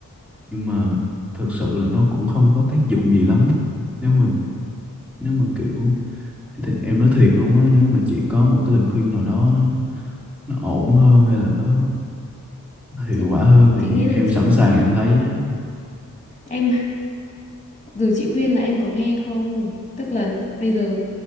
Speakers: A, in the centre; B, on the left.
A: nhưng mà thực sự là nó cũng không có tác dụng gì lắm nếu mà nếu mà kiểu Thì em nói thiệt luôn á nếu mà chị có một cái lời khuyên nào đó nó nó ổn hơn hay là nó, nó hiệu
B: chị
A: quả hơn thì
B: chị nghĩ là
A: em
B: chị
A: sẵn sàng em lấy á
B: em rồi chị khuyên là em có nghe không tức là bây giờ